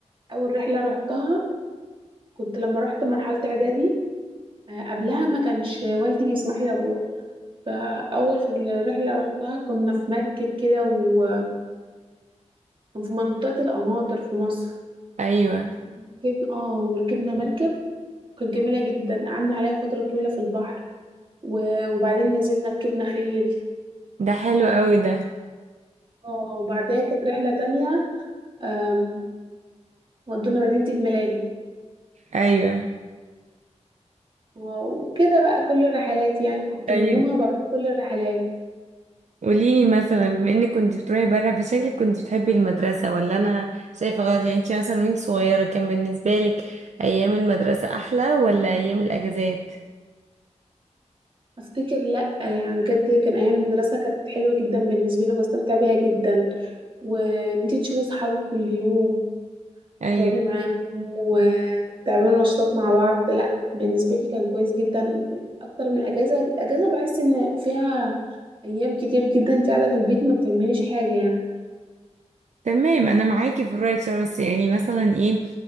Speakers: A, on the right; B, on the right.
A: اول رحله روحتها كنت لما رحت مرحله اعدادي آه، قبلها ما كانش والدي بيسمح لي اروح فأول رحلة روحتها كنا في مركب كده وفي منطقة القناطر في مصر
B: ايوه
A: ركبنا اه وركبنا مركب كانت جميلة جدا قعدنا عليها فترة طويلة في البحر و- وبعدين نزلنا ركبنا خيل
B: ده حلو قوي ده
A: اه وبعدها كانت رحلة تانية آم، ودونا مدينة الملاهي
B: ايوه
A: آه، وكده بقى كل الرحلات يعني كنت
B: طيب
A: من يومها بروح كل الرحلات
B: قوليلي مثلا بما انك كنت بتروحي بره فشكلك كنت بتحبي المدرسة ولا انا شايفة غلط يعني انت مثلا وانت صغيرة كان بالنسبة لك ايام المدرسة احلى ولا ايام الاجازات
A: افتكر لا يعني بجد كان ايام المدرسه كانت حلوه جدا بالنسبه لي وبستمتع بيها جدا وان انتي تشوفي صحابك كل يوم
B: ايوه
A: وتقعدي معاهم وتعملوا نشاطات مع بعض لا بالنسبة لي كان كويس جدا أكتر من أجازة أجازة بحس إن فيها أيام كتير جدا أنت قاعدة في البيت ما بتعمليش حاجة يعني
B: تمام انا معاكي في الرأي بصراحة بس يعني مثلا ايه